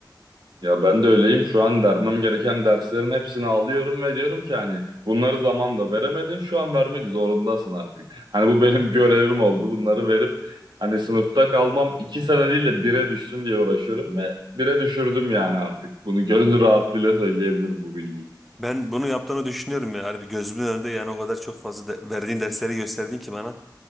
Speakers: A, on the right; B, in the centre.
A: Ya ben de öyleyim. Şu an vermem gereken derslerin hepsini alıyorum ve diyorum ki hani bunları zamanla veremedin. Şu an vermek zorundasın artık. Hani bu benim görevim oldu. Bunları verip hani sınıfta kalmam iki sene değil de bire düşsün diye uğraşıyorum ve bire düşürdüm yani artık. Bunu gönül rahatlığıyla söyleyebilirim bu bilgiyi.
B: Ben bunu yaptığını düşünüyorum ya. Harbi gözümün önünde yani o kadar çok fazla de- verdiğin dersleri gösterdin ki bana.